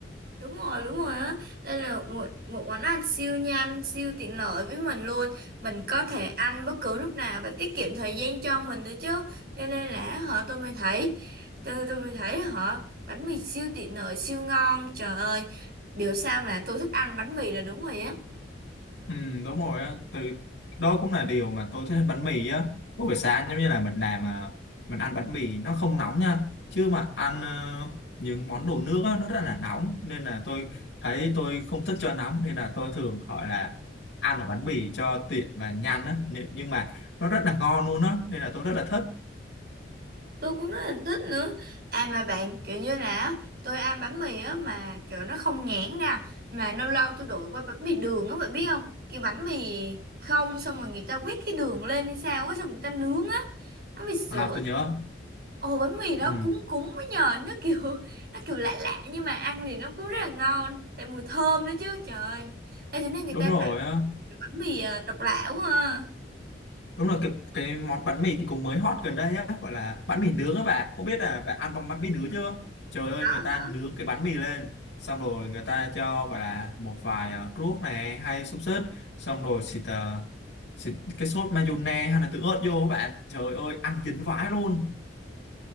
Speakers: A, on the right; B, on the left.
A: Đúng rồi đúng rồi á Đây là một, một món ăn siêu nhanh Siêu tiện lợi với mình luôn Mình có thể ăn bất cứ lúc nào Và tiết kiệm thời gian cho mình nữa chứ Cho nên là họ tôi mới thấy Tôi, tôi mới thấy họ Bánh mì siêu tiện lợi siêu ngon Trời ơi Biểu sao là tôi thích ăn bánh mì là đúng rồi á
B: Ừ, đúng rồi á từ đó cũng là điều mà tôi thích ăn bánh mì á mỗi buổi sáng giống như là mình làm mà mình ăn bánh mì nó không nóng nha chứ mà ăn ờ, những món đồ nước á, nó rất là nóng nên là tôi thấy tôi không thích cho nóng nên là tôi thường gọi là ăn ở bánh mì cho tiện và nhanh á Nên- nhưng mà nó rất là ngon luôn á nên là tôi rất là thích
A: tôi cũng rất là thích nữa à mà bạn kiểu như là á, tôi ăn bánh mì á mà kiểu nó không nhãn nè mà lâu lâu tôi đổi qua bánh mì đường á bạn biết không cái bánh mì không xong rồi người ta quét cái đường lên hay sao á xong người ta nướng á bánh mì sữa
B: à tôi nhớ
A: ồ bánh mì đó
B: ừ,
A: cúng cúng mới nhờ nó kiểu nó kiểu lạ lạ nhưng mà ăn thì nó cũng rất là ngon tại mùi thơm nữa chứ trời ơi, ê thế này người
B: đúng
A: ta
B: rồi
A: tạo
B: á
A: được bánh mì à, độc lạ quá ha
B: Đúng rồi, cái, cái món bánh mì cũng mới hot gần đây á, gọi là bánh mì nướng á bạn. Không biết là bạn ăn bông bánh mì nướng chưa? Trời ơi,
A: có
B: người ta
A: có
B: nướng cái bánh mì lên, xong rồi người ta cho gọi là một vài ờ, ruốc này hay xúc xích, xong rồi xịt, ờ, xịt cái sốt mayonnaise hay là tương ớt vô á bạn. Trời ơi, ăn dính vãi luôn.